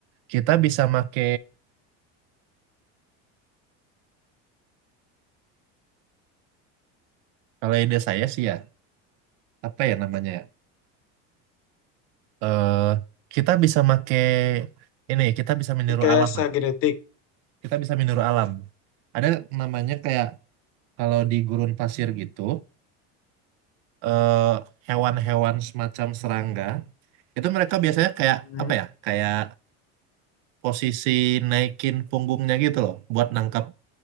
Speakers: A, on the right; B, on the left.
A: kita bisa make kalau ide saya sih ya apa ya namanya? ya, eh kita bisa make ini kita bisa meniru
B: Rekayasa
A: alam lah.
B: genetik.
A: Kita bisa meniru alam. Ada namanya kayak kalau di gurun pasir gitu, eh, hewan-hewan semacam serangga itu mereka biasanya kayak
B: Hmm.
A: apa ya? Kayak posisi naikin punggungnya gitu loh buat nangkap